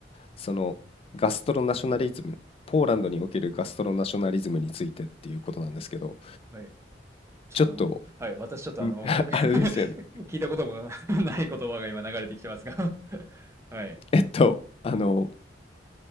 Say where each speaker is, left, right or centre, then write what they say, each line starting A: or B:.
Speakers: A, on the left (about 30°); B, on the right (about 15°).
A: そのガストロナショナリズム、ポーランドにおけるガストロナショナリズムについてっていうことなんですけど、
B: はい。ちょっとあの、
A: ちょっと、
B: はい。私ちょっとあの、
A: ん <laughs>
B: お <laughs> 聞いたことも
A: あれですよね。
B: <laughs> ない言葉が今流れてきてますが <laughs> はい。
A: えっと、あの、